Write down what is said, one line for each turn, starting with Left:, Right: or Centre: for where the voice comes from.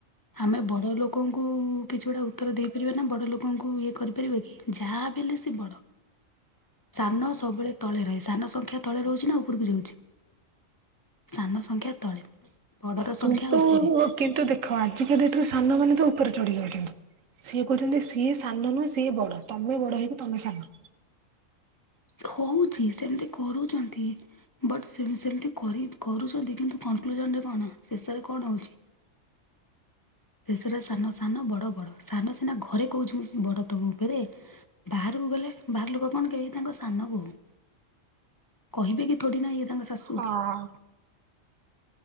Left: ଆମେ ବଡ଼ ଲୋକଙ୍କୁ କିଛି ଗୋଟେ ଉତ୍ତର ଦେଇ ପାରିବା ନା ବଡ଼ ଲୋକଙ୍କୁ ଇଏ କରି ପାରିବା କି ଯାହା ବି ହେଲେ ସେ ବଡ଼। ସାନ ସବୁବେଳେ ତଳେ ରହେ ସାନ ସଂଖ୍ୟା ତଳେ ରହୁଛି ନା ଉପୁରୁ କୁ ଯାଉଚି? ସାନ ସଂଖ୍ୟା ତଳେ ବଡର
Right: କିନ୍ତୁ
Left: ସଂଖ୍ୟା ଉପେରେ।
Right: କିନ୍ତୁ ଦେଖ ଆଜିକା ଡେଟରେ ସାନ ମାନ ତ ଉପରେ ଚଢି ଯାଉଛନ୍ତ। ସିଏ କୋହୁଚନ୍ତି ସିଏ ସାନ ନୁହେଁ। ସିଏ ବଡ ତମେ ବଡ ହେଇକି ତମେ ସାନ।
Left: ଖୋଉଚି ସେମିତି କରୁଚନ୍ତି। ବଟ୍ ସେ-ସେମିତି କରି କରୁଚନ୍ତି କିନ୍ତୁ କନକ୍ଲୁଜନରେ କଣ ଶେଷରେ କଣ ହୋଉଚି। ଶେଷରେ ସାନ ସାନ ବଡ ବଡ ସାନ ସିନା ଘରେ କୋହୁଚି ମୁଁ ମୁଁ ବଡ ତମ ଉପରେ। ବାହାରକୁ ଗଲେ ବାହାର ଲୋକ କଣ କହିବେ ତାଙ୍କ ସାନ ଭୋଉଣୀ। କହିବେ କି ଥୋଡି ନା ଏଇ ତାଙ୍କ ଶାଶୁ
Right: ହଁ।